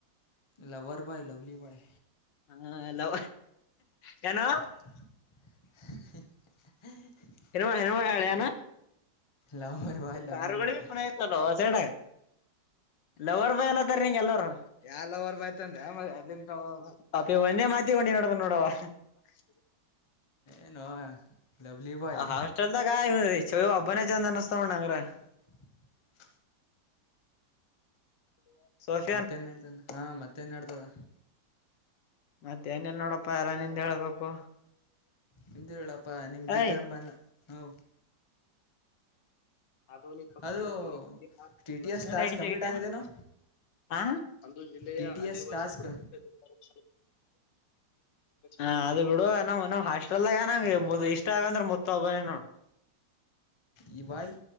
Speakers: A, on the left (about 30°); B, on the left (about 70°).
A: ಲವರ್ ಬಾಯ್ ಲವ್ಲಿ ಬಾಯ್
B: ಹಾ ಹಲೋ ಕನ <unintelligible>
A: ಹ <inaudible> ಹ <inaudible>
B: ಹನುಮ ಹೇನುಮ ಹಳಯ ನ
A: ಲವರ್ ಬಾಯ್ ಲವ್ಲಿ
B: ಬಾರಗಳ
A: ಬಾಯ್
B: ಮ <unintelligible> ಲವರ್ ಸೈಡ್ ಲವರ್ ಬಾಯ್ ಅನ್ಲ್ಲತ್ತಾರನಿನಗ ಎಲ್ಲಾರು. ಯಾ ಲವರ್ ಬಾಯ್ತ್ಂದೆ ಮಾರಾಯ. ಒಂದೇ ಮಾತಿ ಹೊೊಂ <unintelligible> ಡಿ ನೋಡ್ ನೋಡವ ಹ <inaudible>
A: ಏನೋ ಲವ್ಲಿ ಬಾಯ್
B: ಹಾಸ್ಟೆಲ್ದಾಗ ಚವಿ ಅಬ್ಬನ ಚಂದ ಅನ್ನಿಸಸ್ತ್ಣ್ಣಂಗರ <unintelligible>
A: ಹ <inaudible>
B: ಹ <inaudible> ಸಷ <unintelligible>
A: ಮತ್ತೆ ನಡ್ತತದ, ಹಾ ಮತ್ತೆೇನ್ ನಡಿದಾದ.
B: ಮತ್ತೆ ಏನಿಲ್ಲಾ ನೋಡಪ್ಪಾ ಎಲ್ಲಾ ನಿಂದ ಹೇಳ್ಬೇಕು.
A: ನಿಮ್ದು ಹೇಳಪ್ಪ ನಿಮ್ಮ
B: ್ಯಾ
A: ಬೀದರ್
B: <inaudible>
A: ಮನ ಹ್ಞೂ
B: ಹದು ಪಕ್ಕದ
A: ಅದು
B: <unintelligible>
A: T T S task complete ಆಗಿದೆನೋ
B: ಹ ಅಂದು ಜಿಲ್ಲೆಯ
A: T T
B: Adivasi
A: S task
B: ಪರಕ <unintelligible> ಹ ಅದ ಬಿಡು ನಮ್ ನ್ ಹಾಸ್ಟೆಲ್ದಾಗ ನಂಗಾ ಇಷ್ಟ ಆಗದಂದ್ರೆ ಮುತ್ತು ಒಬ್ಬನೆ ನೋಡು.
A: ಈ ಬಾಯ್